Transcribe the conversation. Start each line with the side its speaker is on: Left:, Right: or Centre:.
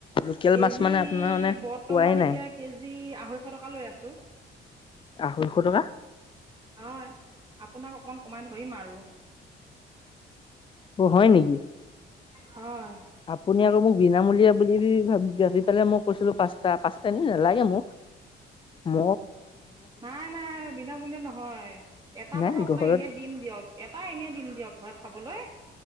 Left: লোকেল
Right: কেজি
Left: মাছ মানে আপোনাৰ মানে
Right: বৰ্তমান
Left: পোৱাই নাই।
Right: এতিয়া কেজি আঢ়ৈশ টকা লৈ আছো।
Left: আঢ়ৈশ টকা।
Right: হয় আপোনাক অকমান কমাই ধৰিম আৰু।
Left: অ হয় নেকি?
Right: হয়।
Left: আপুনি আকৌ মোক বিনামূলীয়া বুলি ভাব ভাবি পেলাই মই কৈছিলো পাঁচটা পাঁচটা এনে নালাগে মোক। ম
Right: নাই নাই বিনামূলীয়া নহয় এটা
Left: নাই
Right: বাৰু আপোনাৰ
Left: ঘৰত
Right: এনে দিম দিয়ক এটা এনে দিম দিয়ক। ঘৰত খাবলৈ